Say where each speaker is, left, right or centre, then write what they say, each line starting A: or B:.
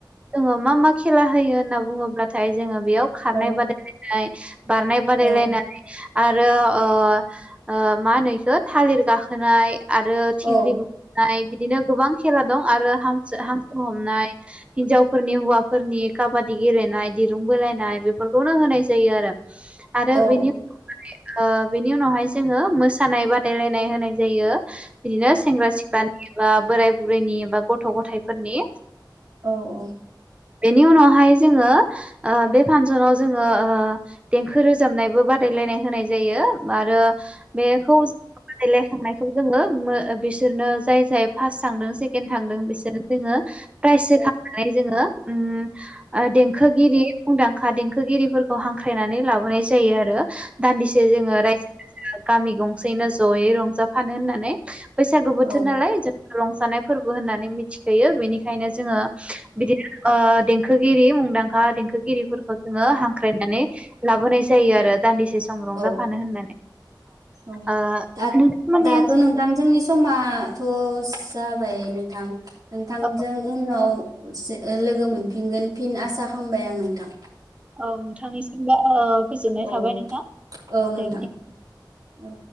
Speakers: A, on the right; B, on the right.
A: जोङो मा मा खेला होयो होनना बुङोब्लाथाय जोङो बेयाव खारनाय
B: औ
A: बादायलायनाय। बारनाय बादायलायनाय
B: औ
A: आरो ओ मा होनो इखो थालिर गाखोनाय आरो थिंख्लि
B: औ
A: बुख्रुबनाय बिदिनो गोबां खेला दं आरो हांसो हांसो हमनाय। हिनजावफोरनि हौवाफोरनि काबादि गेलेनाय दिरुं बोलायनाय बेफोरखौनो होनाय जायो आरो। आरो
B: औ
A: बेनि <unintelligible> माने ओ बेनि उनावहाय जोङो मोसानाय बादायलायनाय होनाय जायो बिदिनो सेंग्रा सिख्लानि बा बोराय बुरैनि बा गथ' गथायाइफोरनि
B: औ औ।
A: बेनि उनावहाय जोङो ओ बे फांसनाव जोङो ओ देंखो रोजाबनायबो बादाय लायनाय होनाय जायो आरो बेखौ बादायलायखांनायखौ जोङो मो बिसोरनो जाय जाय फार्स थांदों सेके थांदों बिसोरनो जोङो प्राइज होखांनानै जोङो ओम ओ देंखोगिरि मुंदांखा देंखोगिरिफोरखौ हांख्रायनानै लाबोनाय जायो आरो। दान्दिसे जोङो रायजो राजा गामि गंसेैनो ज'यै रंजाफानो होननानै। बैसागु बोथोर
B: औ
A: नालाय जों रंजानाय फोरबो होननानै मिथिखोयो बेनिखायनो जोङो बिदिनो ओ देंखोगिरि मुंदांखा हा देंखोगिरिफोरखौ जोङो हांख्रायनानै लाबोनाय जायो आरो। दान्दिसे सम रंजाफानो
B: औ
A: होननानै।
B: औ
A: ओ
B: दा
A: नोंथांमोननि
B: दाथ'
A: ओनसोलाव
B: नोंथां जोंनि समा थ जाबाय नोंथां नोंथांजों
A: औ
B: उनाव सो लोगो मोनफिनगोन फिन आसा खालामबाय आं नोंथां।
A: औ नोंथांनिसिमबो ओ गोजोननाय
B: औ
A: थाबाय नोंथां
B: औ नोंथां
A: दे बिदिबा।
B: औ।